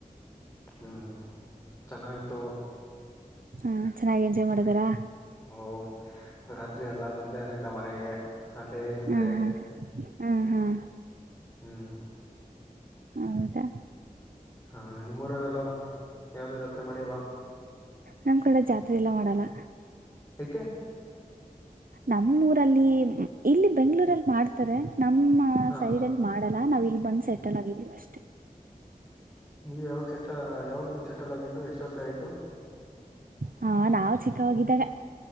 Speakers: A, on the left; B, on the right.
A: ಹ್ಮ್ ಚನ್ನಾಗಿತ್ತು
B: ಹಂ ಚೆನ್ನಾಗಿ ಎಂಜಾಯ್ ಮಾಡಿದಾರಾ
A: ಓ ರಾತ್ರಿ ಎಲ್ಲ ಒಂ ದೇ ರೀಡ ಮನೆಗೆ ಅಲ್ಲೇ ಇರ್ತ್ರಿ
B: ಹ್ಮ್ ಹ್ಮ್ ಹ್ಮ್ ಹ್ಮ್
A: ಹ್ಮ್
B: ಹೌದಾ
A: ಹಾ ನಿಮ್ಮೂರಲ್ಲಲ್ಲ ಯಾವುದು ಜಾತ್ರೆ ಮಾಡಿಲ್ವಾ
B: ನಮ್ ಕಡೇ ಜಾತ್ರೆ ಎಲ್ಲ ಮಾಡಲ್ಲ
A: ಏಕೆ
B: ನಮ್ಮೂಊರಲ್ಲಿ ಇಲ್ಲಿ ಬೆಂಗ್ಗಳೂರಲ್ಲಿ ಮಾಡ್ತಾರೆ ನಮ್ಮ
A: ಹಾ
B: ಸೈಡ್ ಅಲ್ಲಿ ಮಾಡ <unintelligible> ನಾವ್ ಇಲ್ಲಿ ಬಂದ್ ಸೆಟಲ್ ಆಗಿದ್ದೀವಿ ಅಷ್ಟೇ
A: ನೀವು ಯಾವಾಗ ಸೆಟ್ಲ್ ಯಾವಾಗ ಬಂದ್ ಸೆಟಲ್ ಆಗಿದ್ದು ಎಷ್ಟು ವರ್ಷ ಆಯ್ತು
B: ಹಾ ನಾವ ಚಿಕ್ಕವೋಗಿದ್ದಾಗ